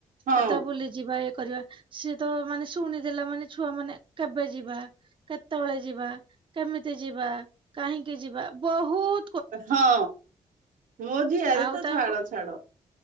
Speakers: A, on the right; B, on the right.
A: ହଁ
B: କଥା ବୁଲିଯିବା ଏ। କରିବା ସିଏ ତ ମାନେ ଶୁଣିଦେଲା ମାନେ ଛୁଆମାନେ କେବେ ଯିବା କେତ୍ କେତେବେଳେ ଯିବା କେମିତି ଯିବା କାହିଁକି ଯିବା ବହୁତ୍।
A: ହଁ। ମୋ ଝିଆରୀତ
B: ଆଉ ତାଙ୍କ
A: ଛାଡ ଛାଡ।